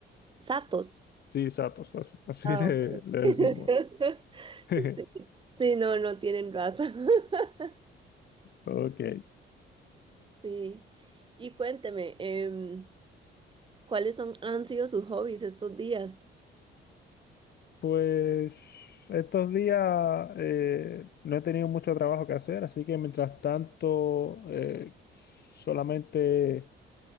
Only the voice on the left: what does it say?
Sí, satos, as- <laughs> así,
le,
le
decimos. <laughs>
Ok.
Pues estos días eh, no he tenido mucho trabajo que hacer, así que mientras tanto eh, solamente